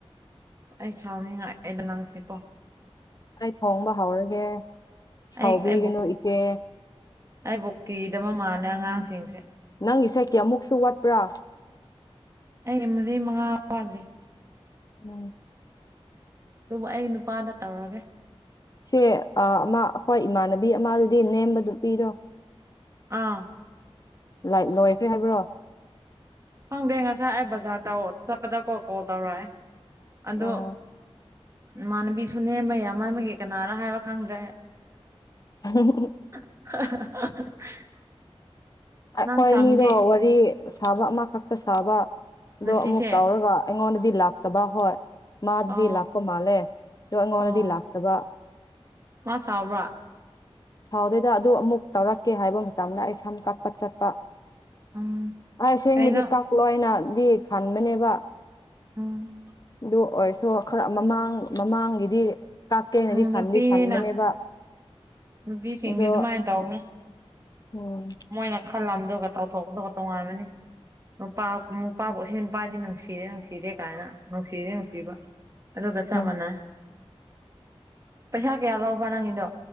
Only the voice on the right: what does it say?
ꯑꯩ ꯁꯥꯎꯅꯤꯡꯉꯛꯑꯦꯗ ꯑꯩꯁꯦ ꯀꯣ꯫
ꯑꯩ ꯑꯩꯕꯨ
ꯑꯩꯕꯨ ꯀꯤꯗꯕ ꯃꯥꯜꯂꯦ ꯑꯉꯥꯡꯁꯤꯡꯁꯦ꯫
ꯑꯩꯒ ꯃꯔꯤ ꯃꯉꯥ ꯋꯠꯂꯤ꯫
ꯑꯗꯨꯕꯨ ꯑꯩ ꯅꯨꯄꯥꯗ ꯇꯧꯔꯒꯦ꯫
ꯑꯥ
ꯈꯪꯗꯦ ꯉꯁꯥꯏ ꯑꯩ ꯕꯖꯥꯔ ꯇꯧ ꯆꯠꯄꯗꯀꯣ ꯀꯣꯜ ꯇꯧꯔꯛꯑꯦ
ꯑꯗꯣ, ꯏꯃꯥꯟꯅꯕꯤꯁꯨꯅꯦ ꯃꯌꯥꯝꯕ ꯑꯃꯒꯤ ꯀꯅꯥꯔ ꯍꯥꯏꯕ ꯈꯪꯗ꯭ꯔꯦ ꯑꯩ꯫
<unintelligible>
ꯅꯪ ꯁꯝꯗꯤ
ꯉꯁꯤꯁꯦ
ꯑꯣ
ꯑꯣ
ꯃꯥ ꯁꯥꯎꯕ꯭ꯔꯥ?
ꯎꯝ
ꯀꯩꯅꯣ
ꯎꯝ
ꯎꯝ ꯅꯨꯄꯤꯅꯤꯅ
ꯅꯨꯄꯤꯁꯤꯡꯗꯤ
ꯑꯗꯨꯃꯥꯏ ꯇꯧꯕꯅꯤ
ꯃꯣꯏꯅ ꯈꯜꯂꯝꯗꯨꯒ ꯇꯧꯊꯣꯛꯄꯗꯨꯒ ꯇꯣꯉꯥꯟꯕꯅꯤ꯫ ꯅꯨꯄꯥ ꯅꯨꯄꯥꯕꯨ ꯑꯁꯤ ꯅꯨꯄꯁꯤ ꯅꯨꯡꯁꯤꯗꯦ ꯅꯨꯡꯁꯤꯗꯦ ꯀꯥꯏꯅ ꯅꯨꯡꯁꯤꯔꯦ ꯅꯨꯡꯁꯤꯕ꯫ ꯑꯗꯨꯒ ꯆꯞ
ꯃꯥꯟꯅꯩ꯫ ꯄꯩꯁꯥ ꯀꯌꯥ ꯂꯧꯕ ꯅꯪꯒꯤꯗꯣ?